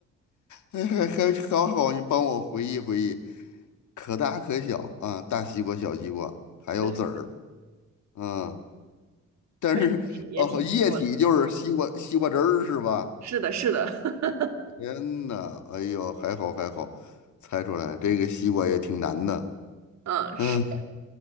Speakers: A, on the left (about 70°); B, on the right (about 65°).
A: 还还还好好，你帮我回忆回忆。可大可小啊，大西瓜、小西瓜，还有籽儿
B: <laughs> 对，
A: 啊。但是哦，
B: 可以可以，也挺不错的。
A: 液体就是西瓜西瓜汁儿是吧？
B: 是的，是的，<laughs>
A: 天呐，哎呦，还好还好，猜出来这个西瓜也挺难的。
B: 嗯，
A: 嗯，
B: 是